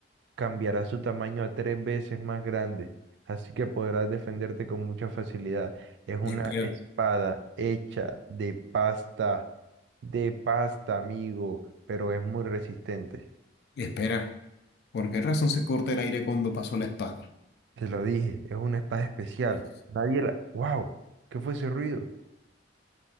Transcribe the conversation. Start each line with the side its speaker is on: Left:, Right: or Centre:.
Right: cambiará su tamaño a tres veces más grande, así que podrás defenderte con mucha facilidad. Es una
Left: Y espera,
Right: espada hecha de pasta, de pasta, amigo, pero es muy resistente.
Left: y espera. ¿Por qué razón se corta el aire cuando paso la espada?
Right: Te lo dije, es una espada especial. Nadie la... ¡Wow! ¿Qué fue ese ruido?